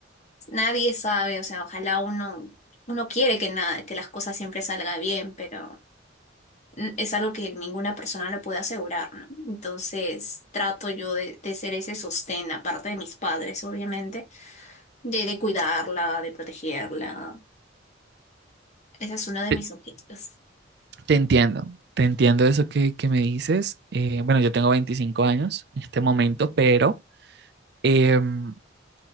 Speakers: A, on the left; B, on the right.
A: nadie sabe, o sea, ojalá uno, uno quiere que nada, que las cosas siempre salgan bien, pero n- es algo que ninguna persona le puede asegurar, ¿no? Entonces trato yo de, de ser ese sostén, aparte de mis padres, obviamente, de, de cuidarla, de protegerla. Ese es uno de
B: Te
A: mis objetivos.
B: te entiendo, te entiendo eso que, que me dices. Eh, bueno, yo tengo 25 años en este momento, pero Em,